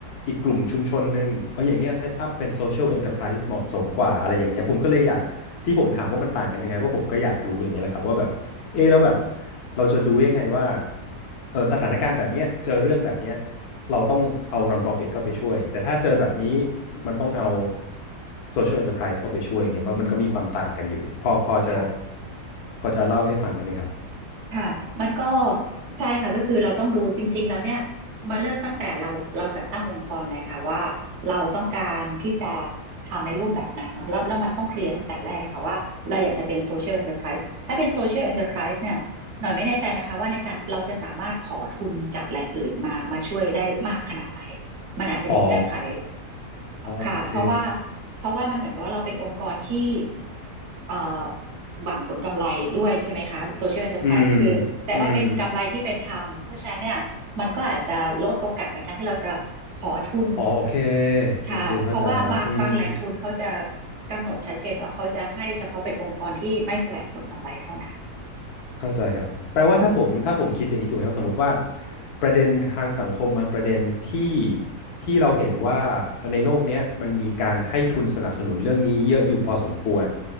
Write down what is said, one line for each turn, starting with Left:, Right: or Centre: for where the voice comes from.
Left: อีกกลุ่มชุมชนหนึ่งเอาอย่างเงี้ยเซตอัพเป็น social enterprise เหมาะสมกว่าอะไรอย่างเงี้ยผมก็เลยอยาก ที่ผมถามว่ามันต่างกันยังไงเพราะผมก็อยากรู้อย่างเงี้ยแหละครับว่าแบบเออแล้วแบบเราจะรู้ยังไงว่าเออสถานการณ์แบบเนี้ยเจอเรื่องแบบเนี้ยเราต้องเอา non-profit เข้าไปช่วยแต่ถ้าเจอแบบนี้มันต้องเอา social enterprise เข้าไปช่วยอย่างเงี้ยเพราะมันก็มีความต่างกันอยู่พอพอจะ
Right: อืมค่ะ
Left: พอจะเล่าให้ฟังได้ไหมครับ
Right: ค่ะมันก็ใช่ค่ะก็คือเราต้องดูจริงๆแล้วเนี่ยมาเริ่มตั้งแต่เราเราจัดตั้งองค์กรเลยค่ะว่าเราต้องการที่จะทำในรูปแบบไหนเนาะแล้วแล้วมันต้องเคลียร์ตั้งแต่แรกค่ะว่าเราอยากจะเป็นโซเชียล n อ e r p r i s e ถ้าเป็นโซเชียล n อ e r p r i s e เนี่ยหน่อยไม่แน่ใจนะคะว่าในการเราจะสามารถขอทุนจากแหล่งอื่นมามาช่วยได้มากขนาดไหน มันอาจจะมีเงื่อนไข
Left: อ๋อ
Right: ค่ะเพราะว่า
Left: โอเค
Right: เพราะว่ามันเหมือนกับว่าเราเป็นองค์กรที่เอ่อหวังผลกำไรด้วยใช่ไหมคะ Social Enterprise
Left: อืม
Right: คือแต่ว่าเป็นกำไรที่เป็นธรรมเพราะฉะนั้นเนี่ยมันก็อาจจะลดโอกาสในการที่เราจะขอทุน
Left: อืมอ๋อโอเคโอเคเข้าใจละอืม
Right: ค่ะเพราะว่าบางบางแหล่งทุนเขาจะกำหนดชัดเจนว่าเขาจะให้เฉพาะเป็นองค์กรที่ไม่แสวงผลกำไรเท่านั้น
Left: เข้าใจครับแปลว่าถ้าผมถ้าผมคิดอย่างนี้ถูกไหมครับสมมติว่า
Right: ค่ะ
Left: ประเด็นทางสังคมบางประเด็นที่ที่เราเห็นว่าในโลกเนี้ยมันมีการให้ทุนสนับสนุนเรื่องนี้เยอะอยู่พอสมควร